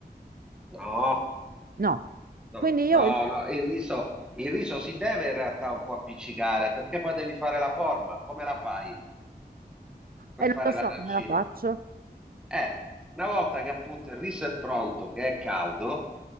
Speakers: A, in the centre; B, on the right.
A: No,
B: No.
A: no,
B: Quindi io,
A: no,
B: e
A: no, il riso, il riso si deve in realtà un po' appiccicare perché poi devi fare la forma. Come la fai per
B: non
A: fare
B: lo so
A: l'arancino?
B: come la faccio.
A: Eh, una volta che appunto il riso è pronto, che è caldo,